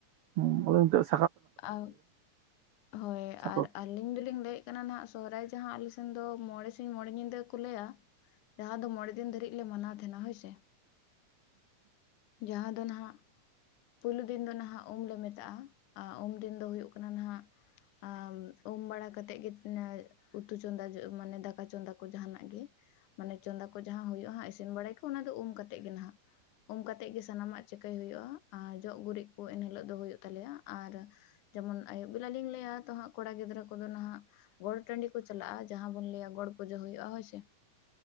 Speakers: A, on the right; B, on the left.
A: ᱦᱩᱸ <unintelligible>
B: ᱟᱨ ᱦᱳᱭ
A: ᱥᱟᱠᱨᱟᱛ
B: ᱟᱨ ᱟᱞᱤᱧ ᱫᱚ ᱞᱤᱧ ᱞᱟᱹᱭ ᱮᱜ-ᱠᱟᱱᱟ ᱱᱟᱜ ᱥᱚᱦᱚᱨᱟᱭ ᱡᱟᱸᱦᱟ ᱟᱞᱮ ᱥᱮᱱ ᱫᱚ ᱢᱚᱸᱬᱮ ᱥᱤᱧ, ᱢᱚᱸᱬᱮ ᱧᱤᱫᱟᱹ ᱠᱚ ᱞᱟᱹᱭᱟ ᱡᱟᱸᱦᱟ ᱫᱚ ᱢᱚᱸᱬᱮ ᱫᱤᱱ ᱫᱷᱟᱹᱨᱤᱡ ᱞᱮ ᱢᱟᱱᱟᱣ ᱛᱟᱦᱮᱸᱱᱟ ᱦᱳᱭ ᱥᱮ, ᱡᱟᱸᱦᱟ ᱫᱚ ᱱᱟᱦᱟᱸᱜ ᱯᱳᱭᱞᱳ ᱫᱤᱱ ᱫᱚ ᱱᱟᱦᱟᱸᱜ ᱩᱢᱞᱮ ᱢᱮᱛᱟᱜᱼᱟ᱾ ᱟᱨ ᱩᱢ ᱫᱤᱱ ᱫᱚ ᱦᱩᱭᱩᱜ ᱠᱟᱱᱟ ᱱᱟᱦᱟᱸᱜ ᱟᱢ ᱩᱢ ᱵᱟᱲᱟ ᱠᱟᱛᱮᱫ ᱜᱮ ᱩᱛᱩ ᱪᱚᱸᱫᱟ ᱢᱟᱱᱮ ᱫᱟᱠᱟ ᱪᱚᱸᱫᱟ ᱠᱚ ᱡᱟᱸᱦᱟ ᱱᱟᱜ ᱜᱮ ᱢᱟᱱᱮ ᱪᱚᱸᱫᱟ ᱠᱚ ᱡᱟᱦᱟᱸ ᱦᱩᱭᱩᱜ-ᱟ ᱦᱟᱸᱜ ᱤᱥᱤᱱ ᱵᱟᱲᱟᱭ ᱠᱚ ᱚᱱᱟ ᱫᱚ ᱩᱢ ᱠᱟᱛᱮᱜ ᱜᱮ ᱱᱟᱦᱟᱜ ᱩᱢ ᱠᱟᱛᱮᱜ ᱜᱮ ᱥᱟᱱᱟᱢᱟᱜ ᱪᱮᱠᱟᱹᱭ ᱦᱩᱭᱩᱜ-ᱟ ᱟᱨ ᱡᱚᱜ ᱜᱩᱨᱤᱡ ᱠᱚ ᱮᱱ ᱦᱤᱞᱳᱜ ᱫᱚ ᱦᱩᱭᱩᱜ ᱛᱟᱞᱮᱭᱟ ᱟᱨ ᱡᱮᱢᱚᱱ ᱟᱹᱭᱩᱵ ᱵᱮᱞᱟ ᱞᱤᱧ ᱞᱟᱹᱭᱟ ᱛᱚ ᱦᱟᱸᱜ ᱠᱚᱲᱟ ᱜᱤᱫᱽᱨᱟᱹ ᱠᱚᱫᱚ ᱱᱟᱦᱟᱜ ᱜᱚᱴ ᱴᱟᱺᱰᱤ ᱠᱩ ᱪᱟᱞᱟᱜ-ᱟ ᱡᱟᱦᱟᱸ ᱵᱚᱱ ᱞᱟᱹᱭᱟ ᱜᱚᱲ ᱯᱩᱡᱟᱹ ᱦᱩᱭᱩᱜ-ᱟ ᱦᱳᱭ ᱥᱮ